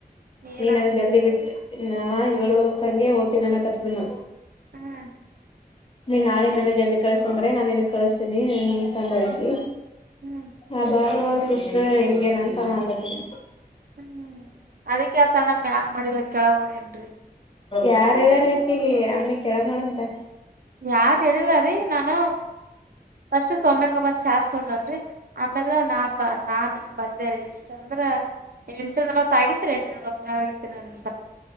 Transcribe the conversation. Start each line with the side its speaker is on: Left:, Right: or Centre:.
Right: ಏನಂತ
Left: ನೀ ನನಗ್ ಜಲ್ದಿ ಬಿಟ್ ನಾವ ಏಳು ಹಕ್ಕಂಗೆ ಓತಿನೇನ ಕತ್ತ್ ಬಿನ್ನು
Right: ಹ್ಮ್
Left: ನೀನ್ ನಾಳೆ ನನಗ್ ಎಲ್ ಕಳ್ಸ್ಸಂದ್ರೆ ನಾನ್ ಇನ್ ಕಳಸ್ತೀನಿ ಅಂತ ಅಂದಿ
Right: ಹ್ಮ್
Left: ಹ ಬಾರ ಸಿಸ್ರ ಹೆಂಗೇನಂತಲತಿ <inaudible>
Right: ಹ್ಮ್ ಅದಕ್ಕೆ ಆತಣ ಮ್ಯಾಗ್ ಮಾಡಿಲ್ಲ ಕೆಳಗ್ ಮಾಡೇನ್ರಿ
Left: ಯಾರ ಹೇಳಾರ ಇಕಿಗೆ ಅವ್ನಿಗ್ ಕೆಳಗ್ ಮಾಡಂತ
Right: ಯಾರ್ ಹೇಳಿಲ್ಲಾರಿ ನಾನು ಫಸ್ಟ್ ಸೋಮ್ಯಕಬಂದ್ ಚಾಸ್ ತಗಲ್ರಿ ಆಮೇಲೆ ನಾ ಬ ನಾನು ಬಂದೇರಿ ಇಷ್ಟು ಅಂದ್ರೆ ಎಂಟು ನವತ್ತಗಿತ್ತುರಿ ಎಂಟು ನಲ್ವತ್ ಮೇಲಆಗಿತ್ತುರಿ ನನ್ಗೆ